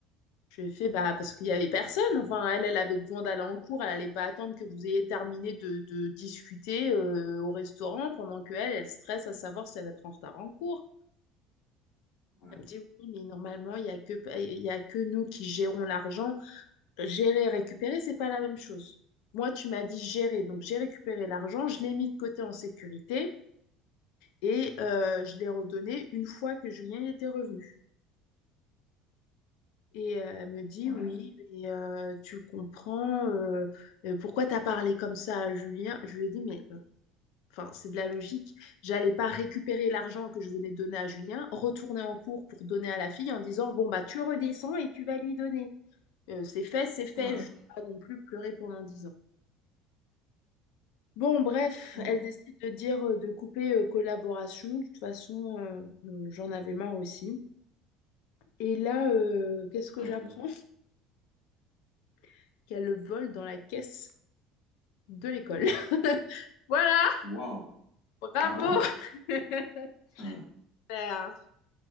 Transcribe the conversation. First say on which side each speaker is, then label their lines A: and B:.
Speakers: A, on the left; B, on the left.
A: Je lui ai fait, bah, parce qu'il n'y avait personne. Enfin, elle, elle avait besoin d'aller en cours. Elle n'allait pas attendre que vous ayez terminé de, de discuter euh, au restaurant pendant que elle, elle stresse à savoir si elle va être en retard en cours.
B: Ouais.
A: Elle me dit, oui, mais normalement, il n'y a que, il y a que nous qui gérons l'argent. Gérer et récupérer, c'est pas la même chose. Moi, tu m'as dit gérer. Donc, j'ai récupéré l'argent. Je l'ai mis de côté en sécurité et euh, je l'ai redonné une fois que Julien y était revenu. Et euh, elle me dit,
B: Ouais.
A: oui, mais euh, tu comprends euh, euh, pourquoi t'as parlé comme ça à Julien. Je lui ai dit, mais euh, enfin, c'est de la logique. J'allais pas récupérer l'argent que je venais de donner à Julien, retourner en cours pour donner à la fille en disant, bon, bah, tu redescends et tu vas lui donner. Euh, c'est fait, c'est fait.
B: Ouais.
A: Je vais pas non plus pleurer pendant dix ans. Bon, bref,
B: Wow.
A: elle décide de dire euh, de couper euh, collaboration. De toute façon, euh, euh, j'en avais marre aussi. Et là, euh, qu'est-ce que
B: Mhm.
A: j'apprends? <laughs> Qu'elle le vole dans la caisse. de l'école. <laughs> Voilà,
B: Waouh.
A: bravo.
B: Ah bon?
A: <laughs>
B: Hum.
A: Super.